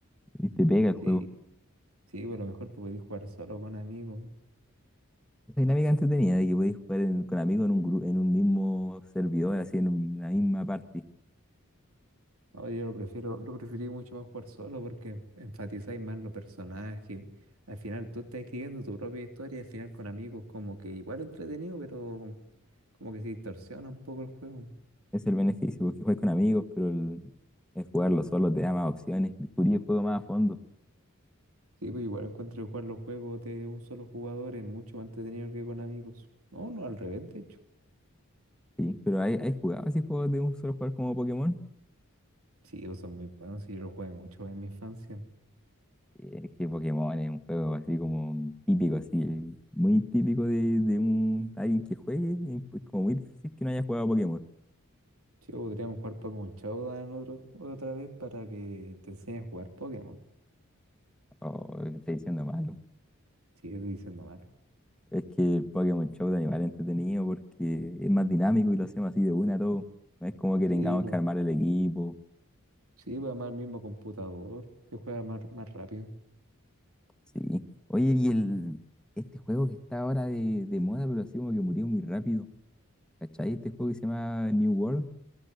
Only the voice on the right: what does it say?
Sí,
sí, pero mejor que podéis jugar solo con amigos.
No, yo lo prefiero, lo preferí mucho más jugar solo porque enfatizáis más los personajes. Al final tú estás escribiendo tu propia historia, al final con amigos como que igual entretenido, pero como que se distorsiona un poco el juego.
Sí, pues igual encuentro que jugar los juegos de un solo jugador es mucho más entretenido que con amigos. No, no, al revés, de hecho.
Sí, ellos son muy buenos y yo los jugué mucho en mi infancia.
Sí, pues, podríamos jugar Pokémon Showdown otro, otra vez para que te enseñes a jugar Pokémon.
Sigue diciendo mal.
Sí,
pues.
Sí, va más el mismo computador, se juega más, más rápido.